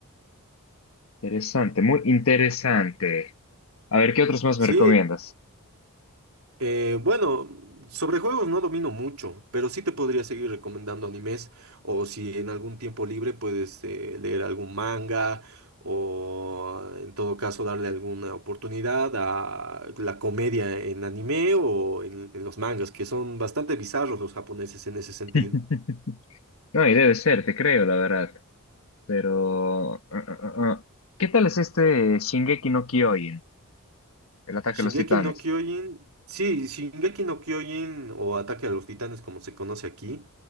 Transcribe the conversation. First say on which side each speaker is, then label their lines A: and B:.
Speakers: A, on the left; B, on the right.
A: Interesante, muy interesante. A ver, ¿qué otros más
B: Sí.
A: me recomiendas?
B: Eh, bueno, sobre juegos no domino mucho, pero sí te podría seguir recomendando animes o si en algún tiempo libre puedes eh, leer algún manga o en todo caso darle alguna oportunidad a la comedia en anime o en, en los mangas, que son bastante bizarros los japoneses en ese sentido.
A: <laughs> No, y debe ser, te creo, la verdad. Pero, ah, ah, ah. ah. ¿Qué tal es este Shingeki no Kyojin, el ataque
B: Shingeki
A: a los titanes?
B: no Kyojin, sí, Shingeki no Kyojin o Ataque a los Titanes como se conoce aquí,